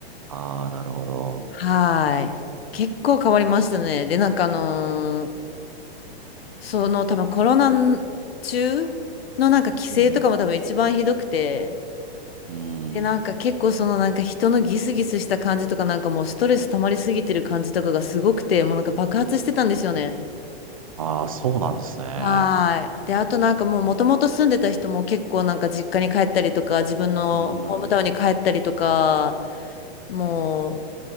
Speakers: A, on the right; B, on the left.
A: ああー、なるほど。
B: はーい。結構変わりましたね。で、なんかあのーその多分コロナ中のなんか規制とかも多分一番ひどくて、
A: うん。うん。
B: で、なんか結構そのなんか人のギスギスした感じとかなんかもうストレス溜まりすぎてる感じとかがすごくて、もうなんか爆発してたんですよね。
A: ああ、そうなんですね。
B: はい。で、あとなんかもうもともと住んでた人も結構なんか実家に帰ったりとか、自分のホームタウンに帰ったりとか、
A: うん。
B: も